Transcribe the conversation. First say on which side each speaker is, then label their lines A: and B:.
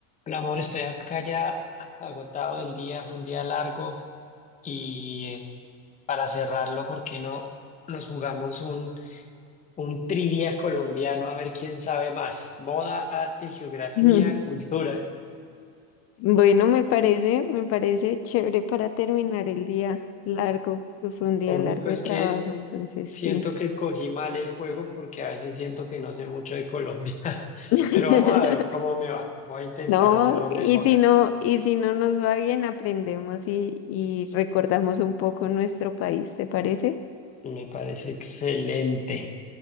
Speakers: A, on the left; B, on the left.
A: Hola, amor, estoy acá ya agotado del día, fue un día largo y eh, para cerrarlo, ¿por qué no nos jugamos un, un trivia colombiano a ver quién sabe más? Moda, arte, geografía,
B: <laughs>
A: cultura.
B: Bueno, me parece, me parece chévere para terminar el día largo, que fue un día
A: Lo único
B: largo de
A: es
B: trabajo,
A: que
B: entonces
A: siento
B: sí.
A: que cogí mal el juego porque a veces siento que no sé mucho de Colombia, <laughs>
B: <laughs>
A: pero vamos a ver cómo me va. Voy a intentar
B: No,
A: hacerlo
B: y
A: mejor.
B: si no, y si no nos va bien, aprendemos y, y recordamos un poco nuestro país, ¿te parece?
A: Me parece excelente.